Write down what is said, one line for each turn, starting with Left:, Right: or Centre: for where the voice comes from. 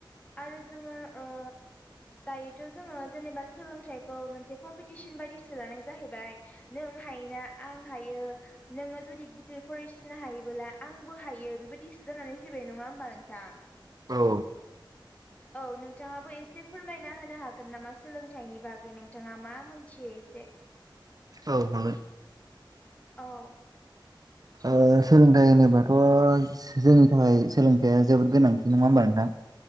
Left: आरो जोङो ओ दायोथ' जोङो जेनेबा सोलोंथाइखौ मोनसे कम्पिटिसन बायदि सो लानाय जाहैबाय नों हायोना आं हायो नोङो जुदि गिदिर फरायसिनो हायोबोला आंबो हायो बेबायदि जानानै फैबाय नङा होमबा नोंथां
Right: औ
Left: औ नोंथाङाबो एसे फोरमायना होनो हागोन नामा सोलोंथाइनि बागै नोंथाङा मा मोनथियो एसे
Right: औ हागोन
Left: औ
Right: ओ सोलोंथाइ होनोबाथ' जोंनि थाखाय सोलोंथाइया जोबोद गोनांथि नङा होमबा नोंथां